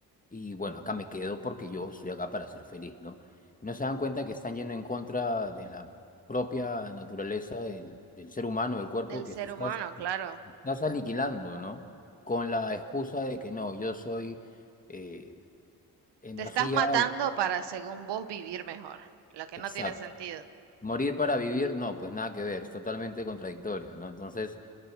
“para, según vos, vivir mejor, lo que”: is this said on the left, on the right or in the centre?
Right